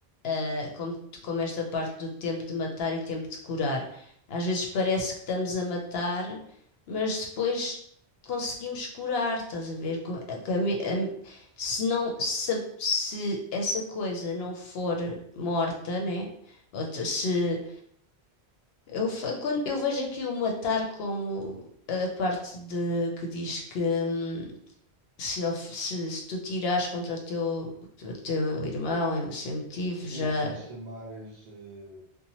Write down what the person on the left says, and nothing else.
eh, como, como esta parte do tempo de matar e tempo de curar. Às vezes parece que estamos a matar, mas depois conseguimos curar, estás a ver? Com- a- a a- Se não, se, a- se essa coisa não for morta, né? Ou te- se eu, fa- quando eu vejo aqui o matar como a parte de que diz que hum, se, of- se- se tu tirares contra o teu, o teu irmão eh, sem motivo,
já